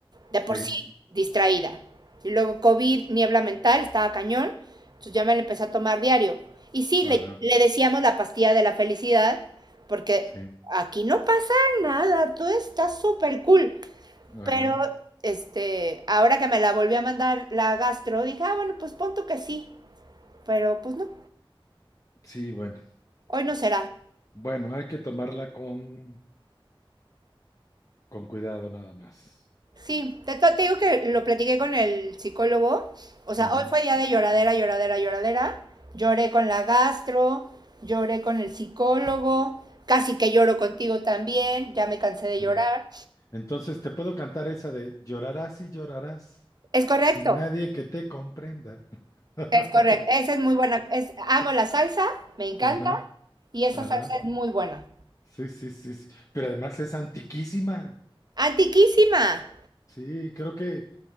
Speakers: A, on the right; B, on the left.
A: de por
B: sí,
A: sí distraída. Y luego COVID, niebla mental, estaba cañón. Entonces ya me la empecé a tomar diario. Y sí,
B: ajá,
A: le, le decíamos la pastilla de la felicidad, porque
B: sí,
A: aquí no pasa nada, todo está súper cool.
B: ajá,
A: Pero este, ahora que me la volví a mandar la gastro, dije, ah, bueno, pues pon tú que sí, pero pues no,
B: sí, bueno,
A: hoy no será.
B: bueno, hay que tomarla con, con cuidado nada más.
A: Sí, te, te digo que lo platiqué con el psicólogo. O sea,
B: Ujú,
A: hoy fue día de lloradera, lloradera, lloradera. Lloré con la gastro, lloré con el psicólogo, casi que lloro contigo también, ya me cansé de
B: sí.
A: llorar.
B: Entonces, te puedo cantar esa de llorarás y llorarás
A: Es correcto,
B: sin nadie que te comprenda. <laughs>
A: es correcto. Esa es muy buena. Es, amo la salsa, me encanta
B: Ajá.
A: y esa
B: Ajá.
A: salsa es muy buena.
B: Sí, sí, sí, sí. Pero además es antiquísima.
A: Antiquísima.
B: Sí, creo que,